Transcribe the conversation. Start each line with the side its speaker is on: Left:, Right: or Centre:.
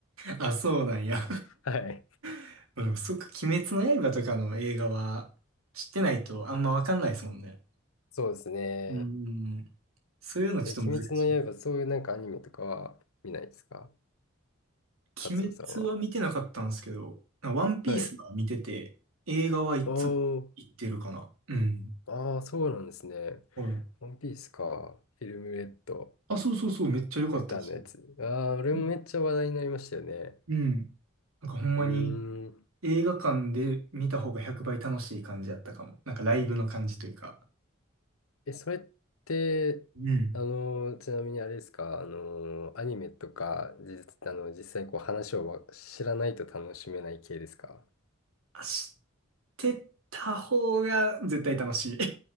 Right: あ、そうなんや。
Left: <laughs> はい。
Right: <laughs> でもそっか、鬼滅の刃とかの映画は知ってないとあんまわかんないですもんね。
Left: そうですね。
Right: うん。そういうのちょっと難しい。
Left: え、鬼滅の刃、そういうなんかアニメとかは見ないですか
Right: 鬼滅は見てなかったんですけど、
Left: カツオさんは。
Right: なワンピースは見てて、
Left: はい。
Right: 映画はいつ行ってるかな。
Left: おー、
Right: うん。
Left: ああ、そうなんですね。
Right: はい。
Left: ワンピースか。フィルムレッド、
Right: あ、そうそうそう、めっちゃ良かったです。
Left: 歌のやつ。ああ、俺もめっちゃ話題になりましたよね。
Right: うん。うんなんかほんまに
Left: うーん。
Right: 映画館で見た方が100倍楽しい感じだったかも。なんかライブの感じというか。
Left: え、それって、
Right: うん。
Left: あのー、ちなみにあれですか、あのー、アニメとか、実、あの、実際こう話をわ知らないと楽しめない系ですか
Right: あ知ってた方が絶対楽しい。